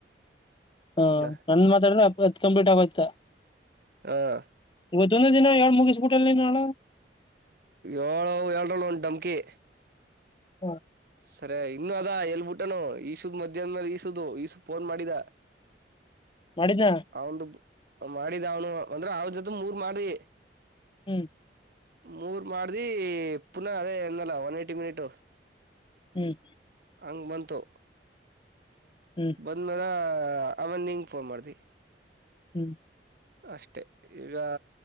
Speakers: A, on the left; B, on the right.
A: ಹಾ
B: ಇಲ್ಲ
A: ನನ್ ಮಾತಾಡ ಅತ್ ಕಂಪ್ಲೀಟ್ ಆಗೋಯ್ತಾ
B: ಹಾ
A: ಇವತ್ತೊಂದ ದಿನಏಳಳ್ ಮುಗಿಸ್ಬಿಟಲ್ಲಿ ನಾಳ
B: ಏಳು ಏರಳ ಒಂದು ಡಮ್ಕಿ
A: ಹಾ
B: ಸರಿ ಇನ್ನುೂ ಅದ ಎಲ್ಬಿಟ್ಟಾನನು ಈಸುದ ಮಧ್ಯಾಹ್ ಮೇಲೆ ಈಸದು ಈಸು ಫೋನ್ ಮಾಡಿದ
A: ಮಾಡಿದ್ದ
B: ಅವ್ದ ಮಾಡಿದ ಅವ್ನು ಅಂದ್ರೆ ಅವ್ರ ಜೊತೆ ಮೂರ್ ಮಾಡಿ
A: ಹ್ಮ್
B: ಮೂರ್ ಮಾಡ್ದಿ ಪುನಃ ಅದೇ ಎಂದಲ್ಲ ಒನ್ ಇಯಿಟ್ <unintelligible> ಮಿನಿಟ್
A: ಹ್ಮ್
B: ಹಂಗ್ ಬಂತು
A: ಹ್ಮ್ <unintelligible>
B: ಬಂದ ಮೇಲೆ ಆಮೇಲೆ ಹಂಗೆ ಫೋನ್ ಮಾಡಿತಿ
A: ಹ್ಮ್
B: ಅಷ್ಟೆ ಈಗ